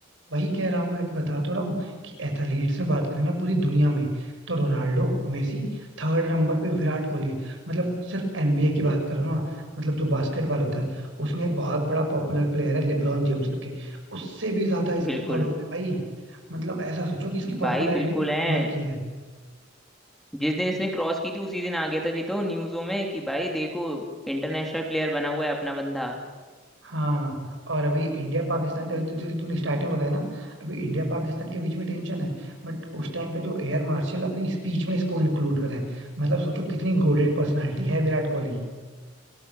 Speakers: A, on the right; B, in the centre.
A: वही कह रहा हूं मैं कि बता तो रहा हूँ कि एथलीट्स में बात करें ना पूरी दुनिया में तो रोनाल्डो मेसी थर्ड नंबर पे विराट कोहली मतलब सिर्फ एनबीए की बात करो ना मतलब जो बास्केटबॉल होता है उसमें एक बहुत बड़ा पॉपुलर प्लेयर है लेब्रॉन जेम्स करके उससे भी ज्यादा इसके
B: बिल्कुल
A: फॉलोअर है भाई मतलब ऐसा सोचो कि इसकी
B: भाई
A: पॉपुलैरिटी
B: बिल्कुल है
A: लेवल की है
B: जिस दिन इसने क्रॉस की थी उसी दिन आ गया था जी तो न्यूज़ों में कि भाई देखो इंटरनेशनल प्लेयर बना हुआ है अपना बंदा
A: हाँ और अभी इंडिया पाकिस्तान जैसे तूने स्टार्टिंग बताया ना अभी इंडिया पाकिस्तान के बीच में टेंशन है बट उस टाइम पे जो एयर मार्शल अपनी स्पीच में इसको इंक्लूड करें मतलब सोचो कितनी गोडेड पर्सनालिटी है विराट कोहली